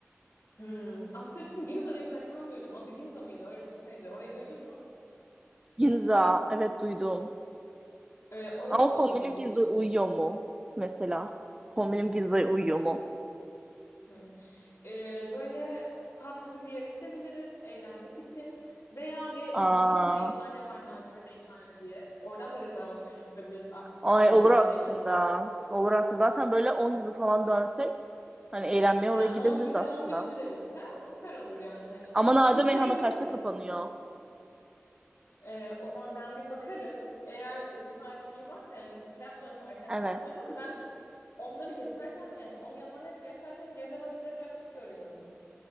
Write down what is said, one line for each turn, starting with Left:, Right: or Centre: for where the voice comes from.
Left: Hmm. After için Ginza diye bir mekan duydum. Adı Ginza mıydı? Öyle bir şeydi. Orayı duydun mu?
Right: Ginza, evet duydum.
Left: E, orası
Right: Ama
Left: olabilir.
Right: kombinim Ginza uyuyor mu? Mesela. Kombinim Ginza'ya uyuyor mu?
Left: Hmm. E, böyle pub gibi bir yere gidebiliriz eğlenmek için. Veya be, bildiğim
Right: Aa,
Left: bir meyhane var Nadide Meyhane diye. Oradan da rezervasyon yaptırabiliriz. After için
Right: ay
Left: eğlenmeye
Right: olur aslında.
Left: oraya gidebiliriz.
Right: Olur aslında. Zaten böyle 10 gibi falan dönsek hani eğlenmeye
Left: Yani
Right: oraya gidebiliriz
Left: 10 gibi
Right: aslında.
Left: de 11 gibi de bitse süper olur yani. Hani
Right: Ama Nade
Left: isteyen
Right: meyhana
Left: için.
Right: karşıda kapanıyor.
Left: Ee, ona ben bir bakarım. Eğer e, müsaitliği varsa yani şey yapmıyorsa erken
Right: Evet.
Left: kapatmıyorsa ama ben onları geçerken yani onun yanından hep geçerken gece vakitleri açık görüyorum.